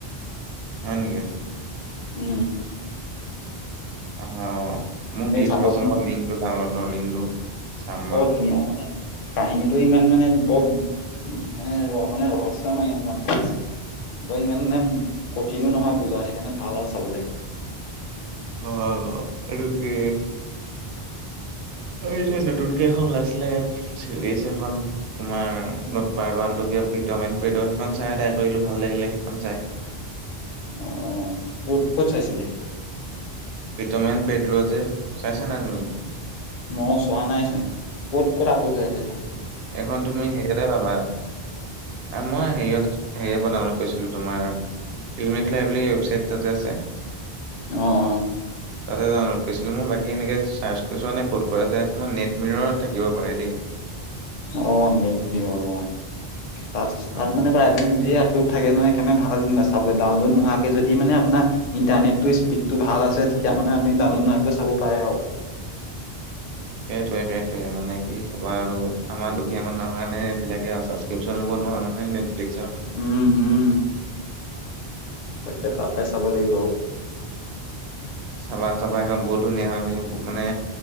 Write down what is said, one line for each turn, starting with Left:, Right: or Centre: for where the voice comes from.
Right: হয় নেকি?
Left: উম।
Right: অহ। মোক
Left: তুমি
Right: দি
Left: চাবচোন
Right: থবাচোন লিংকটো ডাউনলোডৰ লিংকটো। চাম বাৰু।
Left: বহুত ধুনীয়া মানে কাহিনীটো ইমান মানে বৰ মানে মানে ৰহস্যময় কণমান প্লাছ- বৈ ইমান নাব কঠিনো নহয় বুজাত সেইকাৰণে ভাল আও চাবলে।
Right: অ আৰু কি এই যে নতুনকে এখন ওলাইছিলে ছিৰিজ এখন। তোমাৰ নৰ্ট পাৰ্ত ওৱান টো কিবা পিটমেন, পিট সেইখন চাই এদায় কৰিলো ভাল লাগিলে সেইখন চাই।
Left: অ ক'ত ক'ত চাইছিলে?
Right: পিটমেন পেড্ৰ ৰ যে চাইছা নাই তুমি?
Left: মই চোৱা নাইচোন। ক'ত ক'ত আপলোড হৈ আছে সেইখন?
Right: এখন তুমি সেইয়াতে পাবা মই হেৰিয়ত হেৰিয়ৰ পৰা ডাউনলোড কৰিছিলো তোমাৰ ফিল্মি ফ্লাই বুলি ৱেবছাইট তা যে আছে।
Left: অহ অহ।
Right: <inaudible> তাতে ডাউনলোড কৰিছিলোঁ মই বাকী এনেকৈ চাৰ্চ কৰিছোৱা নে ক'ত কৰা আছে তোমাৰ নেট মিৰৰত থাকিব পাৰে দেই।
Left: অ নেট মিৰ অ, তাত
Right: উম
Left: তাত মানে প্ৰভেট মোভি আপলোড থাকে নহ সেকাৰণে ভাল যেনবা চাবলে ডাউনলোড নোৱাকে যদি মানে আপোনাৰ ইণ্টাৰনেটো স্পীডতটো ভাল আছে তেতিয়া মানে আমি ডাউনলোড নোহোৱাকৈ চাব পাৰে আও।
Right: সেইটোয়ে সেইটোয়ে। মানে কি ক'বা আৰু আমাৰ দুখীয়া মানুহৰ কাৰণে এইবিলাকে আও ছাছ- কেপচন ল'ব নোৱাৰোঁ নহয় নেটফলিক্সৰ।
Left: উম উম। তাকে তা পাই চাব লাগিব আও।
Right: চাবা চাবা সেইখন বহুত ধুনীয়া হয়। মানে